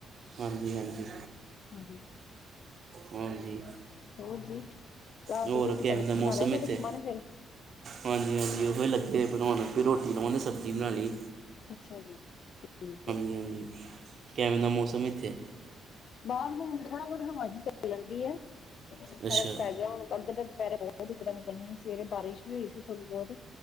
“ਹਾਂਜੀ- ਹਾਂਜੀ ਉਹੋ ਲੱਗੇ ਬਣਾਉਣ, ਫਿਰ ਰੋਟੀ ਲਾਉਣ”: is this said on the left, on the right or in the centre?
Right